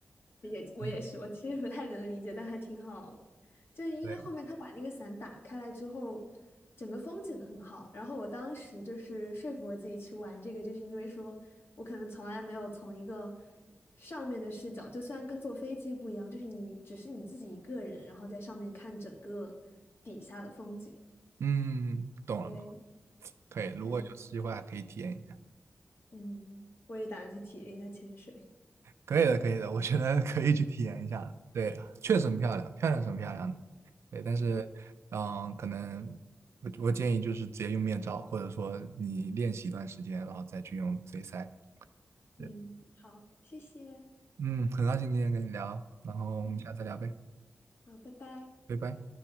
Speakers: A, on the left; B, on the right.
A: 也我也是，
B: <laughs>
A: 我其实不太能理解，但还挺好的。就是因为后面他把那个伞打开来之后，
B: 对，
A: 整个风景很好。然后我当时就是说服我自己去玩这个，就是因为说我可能从来没有从一个上面的视角，就虽然跟坐飞机不一样，就是你只是你自己一个人，然后在上面看整个底下的风景。
B: 嗯，懂了，
A: 对，
B: 懂了可以。如果有机会还可以体验一下，
A: 然嗯，我也打算去体验一下潜水。
B: 可以的，可以的，我觉得可以去体验一下的对，确实很漂亮，漂亮是很漂亮的。对，但是，
A: 嗯
B: 嗯，可能我我建议就是直接用面罩，或者说你练习一段时间，然后再去用嘴塞。对，
A: 嗯，好，谢谢。
B: 嗯，很高兴今天跟你聊，然后我们下次再聊呗，
A: 嗯，好，拜拜。
B: 拜拜。